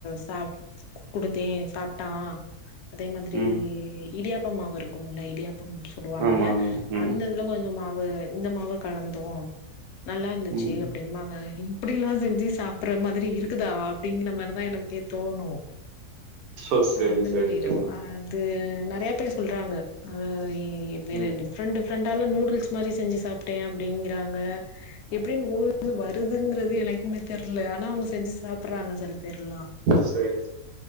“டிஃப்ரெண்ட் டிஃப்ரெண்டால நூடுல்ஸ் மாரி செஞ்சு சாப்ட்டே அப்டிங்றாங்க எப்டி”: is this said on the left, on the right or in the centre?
Left